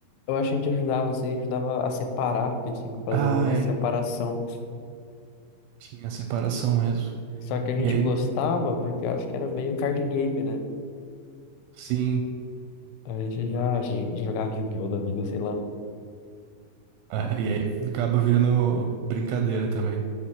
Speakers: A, on the left (about 85°); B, on the right (about 80°).
A: Eu acho que a gente ajudava, assim, ajudava a separar, porque tinha que fazer
B: Ah,
A: uma
B: é,
A: separação.
B: tinha separação mesmo.
A: Só que a gente
B: E aí,
A: gostava, porque eu acho que era meio card game, né?
B: sim,
A: A gente já, já jogava Yu-Gi-Oh! da vida, sei lá.
B: é, e aí acaba virando brincadeira também.